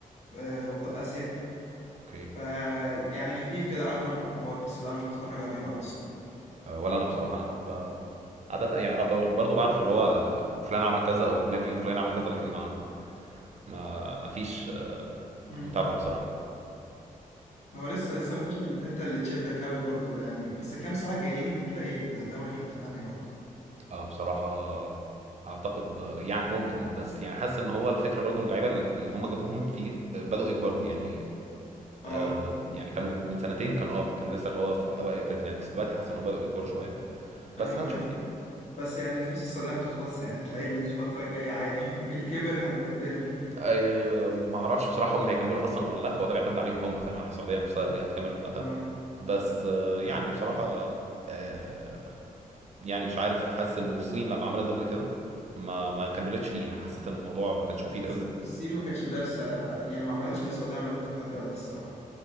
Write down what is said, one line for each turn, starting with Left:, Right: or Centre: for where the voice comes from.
Left: آه، بطل آسيا
Right: اوكي
Left: فيعني خفيف كده عارف عنهم أخبار بس لا مش بتفرج عليهم أوي الصراحة
Right: آه، ولا انا بصراحه انا ب... عادة يعني أب- برضو بعرف اللي هو فلان عمل كذا او النادي الفلاني عمل كذا لكن ما ما ما فيش آه،
Left: مم.
Right: متابعه بصراحه
Left: ما هو لسه لسه مفيش الحتة اللي تشدك أوي برضو يعني بس الكام سنة الجايين هتلاقي الدوري في حتة تانية برضو
Right: اه بصراحة اعتقد آه، يعني ممكن بس يعني حاسس ان هو الفكرة برضو ان اللعيبة اللي هم جابوهم فيه آه، بدأوا يكبروا يعني
Left: اه
Right: آه، يعني كانوا من سنتين كان اه كان لسه اللي هو في اوائل الثلاثينات بس دلوقتي حاسس ان هم بدأوا يكبروا شوية بس
Left: أيوه
Right: هنشوف
Left: أيوه
Right: يعني
Left: بس يعني الفلوس السعودية متخلصش يعني هتلاقي الفترة الجاية عادي <laughs> الكبر هنبدله
Right: آه، ما اعرفش بصراحة هم هيكملوا اصلا ولا لا هو ده بيعتمد عليهم هم فاهم على السعودية نفسها هي هتكمل ولا لا
Left: اه
Right: بس آه، يعني بصراحة آه، يعني مش عارف حاسس انه الصين لما عملت ده قبل كده ما ما كملتش فيه يعني حسيت ان الموضوع ما كانش مفيد
Left: بس
Right: قوي
Left: الصين ما كانتش دارسة يعني ما عملتش اللي السعودية عملته لحد دلوقتي الصراحة